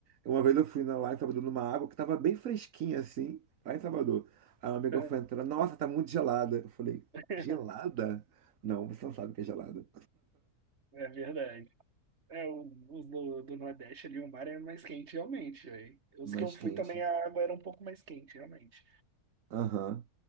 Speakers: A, on the right (about 60°); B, on the right (about 45°).
A: uma vez eu fui na- lá em Salvador numa água que tava bem fresquinha assim, lá em Salvador. A minha amiga
B: Aham.
A: foi entrar, nossa, tá muito gelada. Eu falei,
B: <laughs>
A: gelada? Não, você não sabe o que é gelada.
B: É verdade. É, o- os do, do Nordeste ali, o mar é mais quente, realmente, velho. Os
A: Mais
B: que eu fui
A: quente.
B: também, a água era um pouco mais quente, realmente.
A: Aham.